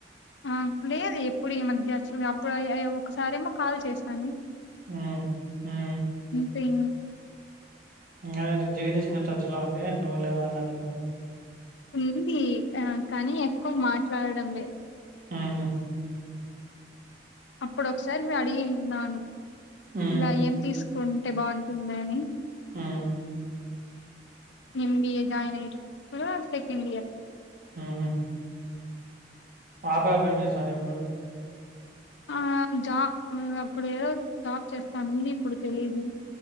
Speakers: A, on the left; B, on the right.
A: ఆ లేదు ఎప్పుడు ఈ మధ్య అసలు అప్పుడు ఒకసారేమో కాల్ చేశాను
B: ఉం ఉం
A: సింగ్ <unintelligible>
B: అదేలే జగదీష్ గిన టచ్ లో అంటే నువ్వు లేవ అని అడుగుతాను
A: ఉంది ఆ కానీ ఎక్కువ మాట్లాడడం లేదు
B: ఆహా
A: అప్పుడు ఒకసారి మీ అడిగిన్నాను
B: హ్మ్.
A: ఇలా ఏం తీసుకు కుంటే బాగుంటుంది అని
B: ఉం
A: ఎంబిఏ జాయిన్ అయ్యే టప్పుడు సెకండ్ ఇయర్
B: హ హమ్ ఆప ఆప ఏం చేస్తాను ఇప్పుడు <unintelligible>
A: ఆ జాబ్ అప్పుడు ఏదో జాబ్ చేస్తాంది ఇప్పుడు తెలీయదు